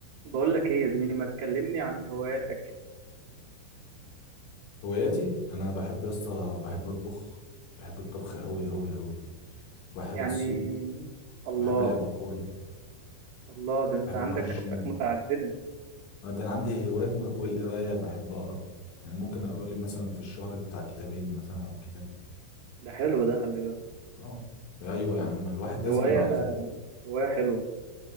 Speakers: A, on the right; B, on the left.
A: بقول لك ايه يا زميلي ما تكلمني عن هواياتك كده
B: هواياتي انا بحب يا اسطى بحب اطبخ بحب الطبخ قوي قوي قوي بحب
A: يعني
B: الصيد
A: الله
B: بحب لعب الكوره
A: الله ده انت
B: بحب
A: عندك
B: اروح الجيم
A: هوايات متعددة
B: أنا ده انا عندي هوايات مت... والقرايه بحب اقرا يعني ممكن اقرا لي مثلا في الشهر بتاع كتابين مثلا او كتاب
A: ده حلو ده خلي بالك
B: اه ايوه يا عم الواحد لازم
A: هواية
B: على فكره
A: هواية حلوة